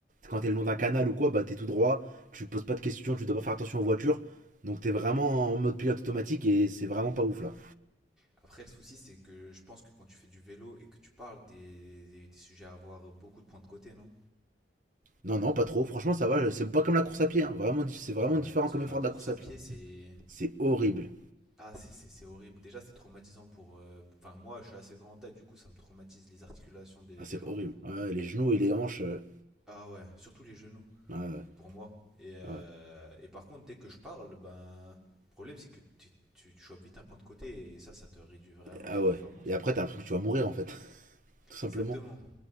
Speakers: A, on the right; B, in the centre.
A: Quand t'es le long d'un canal ou quoi, bah t'es tout droit, tu poses pas de questions, tu dois pas faire attention aux voitures. Donc t'es vraiment en mode pilote automatique et c'est vraiment pas ouf là.
B: Après, le souci, c'est que je pense que quand tu fais du vélo et que tu parles, t'es es sujet à avoir beaucoup de points de côté, non
A: Non, non, pas trop. Franchement, ça va. C'est pas comme la course à pied. hein. Vraiment, c'est vraiment
B: Ah ouais,
A: différent
B: parce
A: comme
B: que la
A: effort
B: course
A: de la course
B: à
A: à pied.
B: pied, c'est...
A: C'est horrible.
B: Ah, c'est- c'est c'est horrible. Déjà, c'est traumatisant pour... euh, Enfin, moi, je suis assez grand taille, du coup, ça me traumatise les articulations des,
A: Ah, c'est
B: des jambes.
A: horrible. Ouais, les genoux et les hanches. euh,
B: Ah ouais, surtout les genoux,
A: ouais,
B: pour moi. Et, euh,
A: ouais.
B: et par contre, dès que je parle, ben... Le problème, c'est que tu, tu, tu chopes vite un point de côté et ça, ça te réduit vraiment
A: Ah
B: tes performances.
A: ouais. Et après, t'as l'impression que tu vas mourir en fait, <laughs> tout simplement.
B: Exactement.